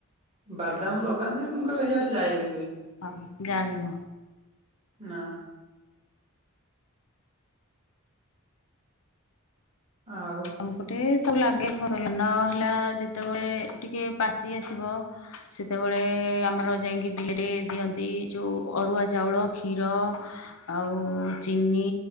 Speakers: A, on the right; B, on the left.
A: ବାଦାମ ଲଗାନ୍ତିନି ମୁଁ କେବେ ହେଇଆଡେ ଯାଏନି କେବେ।
B: ହଁ ଜାଣିନ
A: ନା। ଆଉ
B: ଆମପଟେ ସବୁ ଲାଗେ ଫସଲ ନ ହେଲା ଯେତେବେଳେ ଟିକେ ପାଚି ଆସିବ। ସେତେବେଳେ ଆମର ଯାଇକି ବିଲରେ ଦିଅନ୍ତି ଯଉ ଅରୁଆ ଚାଉଳ କ୍ଷୀର। ଆଉ ଚିନି